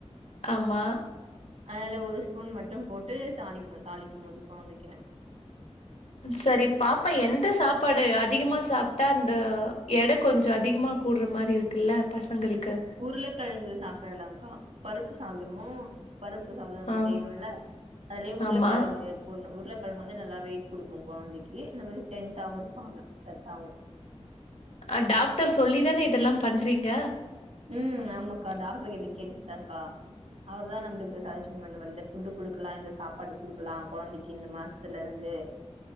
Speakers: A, on the left; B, on the right.
A: ஆமா
B: அதனால ஒரு ஸ்பூன் மட்டு போட்டு தாளிக்கணு தாளிக்கும் போது கொழந்தைக்குனு
A: சரி பாப்பா எந்த சாப்பாடு அதிகமா சாப்ட்டா அந்த எடை கொஞ்ச அதிகமா கூட்ற மாரி இருக்குல்ல பசங்களுக்கு
B: உருளக்கெழங்கு சாப்டலாங்கா பருப்பு சாதமு பருப்பு சாதம் நம்ம
A: ஆ
B: செய்றோல்ல அதுலயே உருளக்கெழங்கு
A: ஆமா
B: போடணு உருளக்கெழங்கு வந்து நல்லா வெயிட் குடுக்கு கொழந்தைக்கி அந்த மாரி ஸ்ட்ரென்த்தாவு இருப்பாங்க சத்தாவு
A: ஆ டாக்டர் சொல்லிதான இதெல்லா பண்றீங்க
B: ம் ஆமாக்கா டாக்டர் கிட்ட கேட்டுட்டுதாங்கா அவர்தா நம்மளுக்கு ச ஜசன் பண்ணுவார் இந்த ஃபுட்டு் குடுக்கலா இந்த சாப்பாடு குடுக்கலா கொழந்தைக்கி இந்த மாசத்துல இருந்து